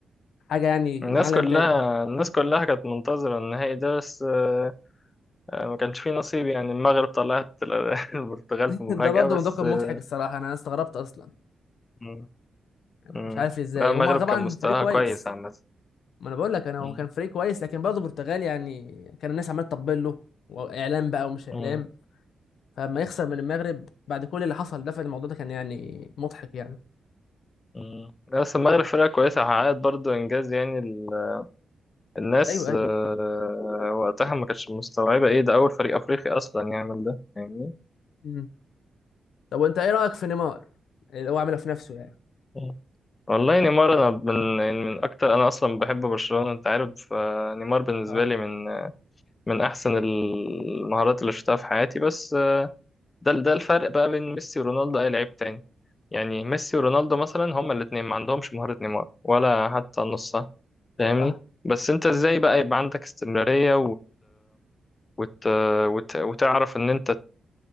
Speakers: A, on the left; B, on the left.
A: حاجه يعني
B: الناس
A: من عالم
B: كلها
A: تاني
B: الناس كلها كانت منتظرة النهائي ده بس آه، آه، ما كانش فيه نصيب يعني المغرب طلعت ال- <laughs> البرتغال
A: <laughs>
B: في مفاجأة
A: ده برضه
B: بس
A: موضوع كان
B: آه،
A: مضحك الصراحه انا استغربت اصلا
B: مم.
A: انا
B: مم.
A: مش عارف ازاي
B: لا المغرب
A: هما طبعا
B: كان مستواها
A: فريق كويس
B: كويس عامة
A: ما انا بقول لك انا هو
B: مم.
A: كان فريق كويس لكن برضه البرتغال يعني كان الناس عماله تطبل له واعلام بقى ومش اعلام
B: مم.
A: فلما يخسر من المغرب بعد كل اللي حصل ده فالموضوع ده كان يعني مضحك يعني
B: مم. لا، بس المغرب فرقة كويسة حققت برضو إنجاز يعني ال- الناس
A: ايوه ايوه
B: آه، وقتها ما كانتش مستوعبة إيه ده أول فريق أفريقي أصلا يعمل ده فاهمني
A: مم. طب وانت ايه رايك في نيمار اللي هو عمله في نفسه
B: مم. والله نيمار أنا من يعني من أكتر أنا أصلا بحب برشلونة أنت عارف فنيمار بالنسبة
A: يعني
B: لي من من أحسن المهارات اللي شفتها في حياتي بس ده ده الفرق بقى بين ميسي ورونالدو اي لعيب تاني يعني ميسي ورونالدو مثلا هما الاثنين ما عندهمش مهارة نيمار ولا حتى نصها فاهمني
A: صح
B: بس انت ازاي بقى يبقى عندك استمرارية وت... وت... وتعرف ان انت ت...